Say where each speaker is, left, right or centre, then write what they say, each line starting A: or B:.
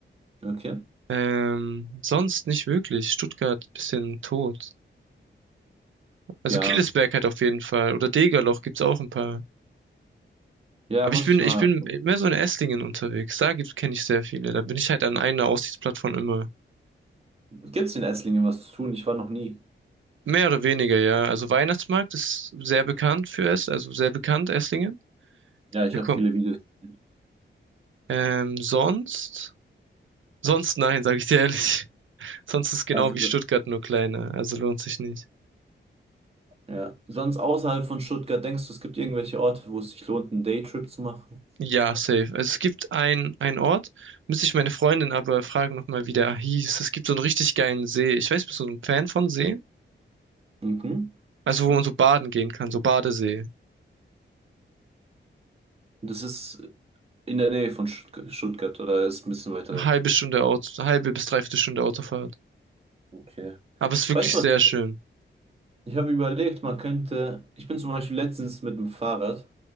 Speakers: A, on the right (about 30°); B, on the right (about 75°).
A: Okay.
B: Ähm, sonst nicht wirklich. Stuttgart bisschen tot. Also
A: Ja.
B: Killesberg hat auf jeden Fall. Oder Degerloch gibt's auch ein paar.
A: Ja,
B: Aber
A: muss
B: ich bin,
A: ich
B: ich
A: mal.
B: bin mehr so in Esslingen unterwegs. Da kenne ich sehr viele. Da bin ich halt an einer Aussichtsplattform immer.
A: Gibt's in Esslingen was zu tun? Ich war noch nie.
B: Mehr oder weniger, ja. Also Weihnachtsmarkt ist sehr bekannt für es, also sehr bekannt, Esslingen.
A: Ja, ich
B: Wir
A: habe
B: kommen.
A: viele Videos. gesehen.
B: Ähm, sonst? Sonst nein, sage ich dir ehrlich. <laughs> Sonst ist genau
A: Also,
B: wie Stuttgart nur kleiner. Also lohnt sich nicht.
A: ja. Sonst außerhalb von Stuttgart, denkst du, es gibt irgendwelche Orte, wo es sich lohnt, einen Daytrip zu machen?
B: Ja, safe. Also es gibt ein, einen Ort, müsste ich meine Freundin aber fragen nochmal, wie der hieß. Es gibt so einen richtig geilen See. Ich weiß, bist du so ein Fan von Seen?
A: Mhm.
B: Also wo man so baden gehen kann, so Badesee.
A: Das ist in der Nähe von Stuttg- Stuttgart oder ist ein bisschen weiter
B: Eine
A: weg?
B: halbe Stunde Auto, halbe bis dreiviertel Stunde Autofahrt.
A: Okay.
B: Aber es ist wirklich
A: Weißt du
B: sehr
A: was?
B: schön.
A: Ich habe überlegt, man könnte, ich bin zum Beispiel letztens mit dem Fahrrad